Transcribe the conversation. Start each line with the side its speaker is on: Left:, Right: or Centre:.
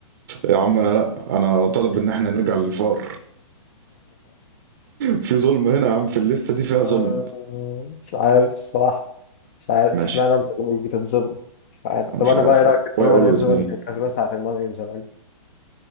Right: يا عم انا لا انا طالب
Left: <laughs>
Right: ان احنا نرجع للفار في ظلم هنا يا عم في الليسته دي فيها ظلم
Left: آه، مش عارف الصراحه مش عارف
Right: ماشي
Left: اشمعنى انت اللي بتتظلم مش عارف
Right: أنا
Left: طب
Right: مش
Left: انا
Right: عارف
Left: بقى ايه رايك
Right: والله
Left: ان
Right: واي
Left: رومان
Right: اولويز
Left: رينز هو
Right: مي
Left: اللي كان كسبان ساعه الماضي ان شاء الله